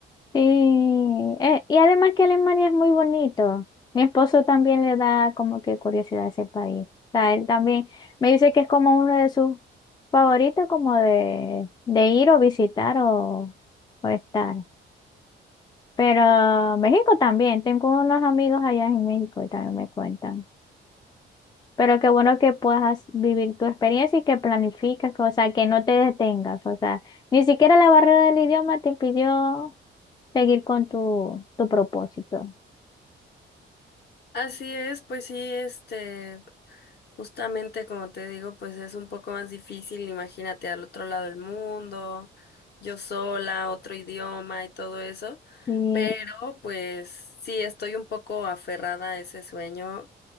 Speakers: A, on the left; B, on the left.
A: Sí. eh, y además que Alemania es muy bonito. Mi esposo también le da como que curiosidad a ese país. O sea, él también me dice que es como uno de sus favoritos, como de, de ir o visitar o, o estar. Pero México también. Tengo unos amigos allá en México y también me cuentan. Pero qué bueno que puedas vivir tu experiencia y que planificas, que, o sea, que no te detengas. O sea, ni siquiera la barrera del idioma te impidió seguir con tu, tu propósito.
B: Así es, pues sí, este, justamente como te digo, pues es un poco más difícil, imagínate al otro lado del mundo, yo sola, otro idioma y todo eso,
A: Y
B: pero pues sí, estoy un poco aferrada a ese sueño